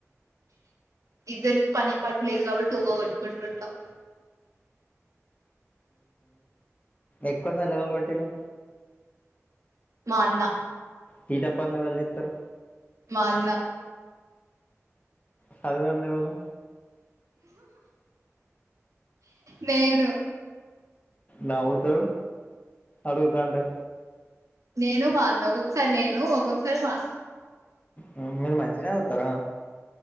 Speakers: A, on the right (about 80°); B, on the left (about 25°).
A: ఇద్దరికి పని పాటలేదు కాబట్టి ఊగా కొట్టుకుంటుంటాం
B: ఎక్కువ సార్లు ఎవరు కొట్టిండ్రు
A: మా అన్నా
B: తీట పనులు ఎవళ్ళు చెత్తరు
A: మా అన్నా
B: సదవందేవలు
A: నేను
B: నవుతరు అడుగుతాంటే.
A: నేనూ మా అన్నా ఒక్కొక్కసారి నేను ఒక్కొక్కసారి మా అన్నా.
B: ఊ మీరు మంచిగనే చదువుతరా